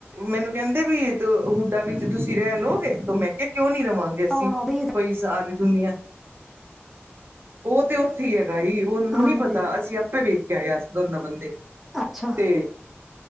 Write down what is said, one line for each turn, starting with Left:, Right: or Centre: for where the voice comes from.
Right: ਮੈਨੂੰ ਕੇਂਦੇ ਵੀ ਇ ਹੁਡਾ ਵਿੱਚ ਤੁਸੀਂ ਰੈ ਲਓਗੇ ਤੋ ਮੈਂ ਕੇਆ ਕਿਉਂ ਨੀ ਰਵਾਂਗੇ। ਕਿ ਅਸੀ,
Centre: ਹੁਣ ਉਹਦੀ
Right: ਕੋਈ ਸਾਰੀ ਦੁਨੀਆਂ ਓ ਤੇ ਓ ਕੀ ਹੈਗਾ ਈ ਓੰਨੂ
Centre: ਹਾਂਜੀ
Right: ਨੀ ਪਤਾ ਅਸੀਂ ਆਪੇ ਵੇਖ ਕੇ ਆਏ ਅਸ ਦੋਨੋ ਬੰਦੇ।
Centre: ਅੱਛਾ
Right: ਤੇ